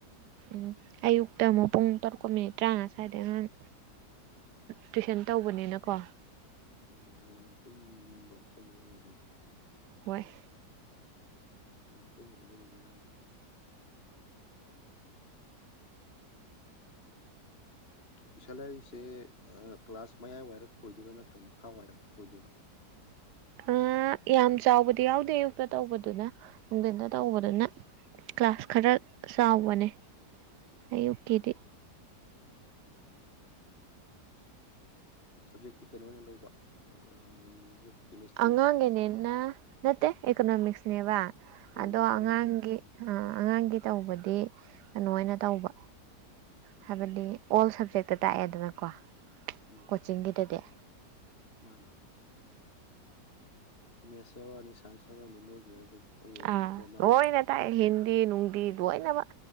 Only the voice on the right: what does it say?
ꯎꯝ ꯑꯌꯨꯛꯇ ꯑꯃꯨꯛ ꯄꯨꯡ ꯇꯔꯨꯛꯀ ꯃꯤꯅꯤꯠ ꯇꯔꯥꯉꯥ ꯁ꯭ꯋꯥꯏꯗ ꯑꯉꯥꯡ ꯇꯨꯋꯏꯁꯟ ꯇꯧꯕꯅꯤꯅꯀꯣ
ꯍꯣꯏ
ꯑ ꯌꯥꯝ ꯆꯥꯎꯕꯗꯤ ꯌꯥꯎꯗꯦ ꯑꯌꯨꯛꯇ ꯇꯧꯕꯗꯨꯅ ꯅꯨꯡꯊꯤꯟꯗ ꯇꯧꯕꯗꯨꯅ ꯀ꯭ꯂꯥꯁ ꯈꯔ ꯆꯥꯎꯕꯅꯦ ꯑꯌꯨꯛꯀꯤꯗꯤ
ꯑꯉꯥꯡꯒꯤꯅꯤꯅ ꯅꯠꯇꯦ ꯏꯀꯣꯅꯣꯃꯤꯛꯁꯅꯦꯕ
ꯑꯗꯣ ꯑꯉꯥꯡꯒꯤ
ꯑ ꯑꯉꯥꯡꯒꯤ ꯇꯧꯕꯗꯤ ꯑꯗꯨ ꯃꯥꯏꯅ ꯇꯧꯕ ꯍꯥꯏꯕꯗꯤ
ꯑꯣꯜ ꯁꯝꯖꯦꯛꯇ ꯇꯥꯛꯑꯦꯗꯅꯀꯣ
ꯀꯣꯆꯤꯡꯒꯤꯗꯗꯤ
ꯑꯥ
ꯂꯣꯏꯅ ꯇꯥꯛꯑꯦ ꯍꯤꯟꯗꯤ ꯅꯨꯡꯗꯤ ꯂꯣꯏꯅꯃꯛ